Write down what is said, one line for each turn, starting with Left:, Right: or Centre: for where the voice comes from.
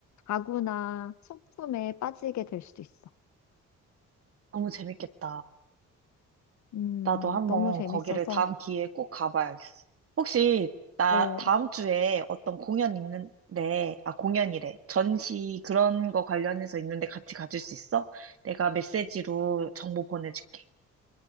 Left: 가구나 소품에 빠지게 될 수도 있어.
Right: 너무 재밌겠다.
Left: 음,
Right: 나도 한번
Left: 너무 재밌어서.
Right: 거기를 다음 기회에 꼭 가봐야겠어. 혹시, 나
Left: 어,
Right: 다음 주에 어떤 공연 있는데, 아, 공연이래. 전시 그런 거 관련해서 있는데 같이 가줄 수 있어? 내가 메시지로 정보 보내줄게.